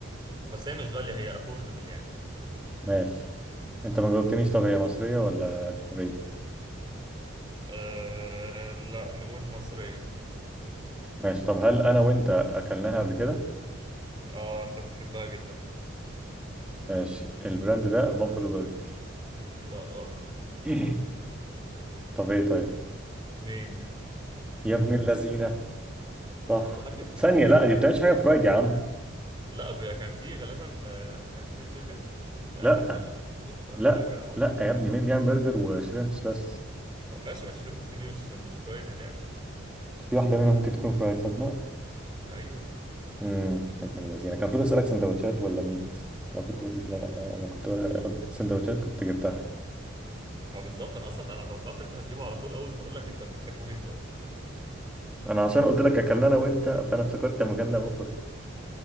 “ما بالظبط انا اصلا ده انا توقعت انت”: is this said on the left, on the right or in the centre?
Right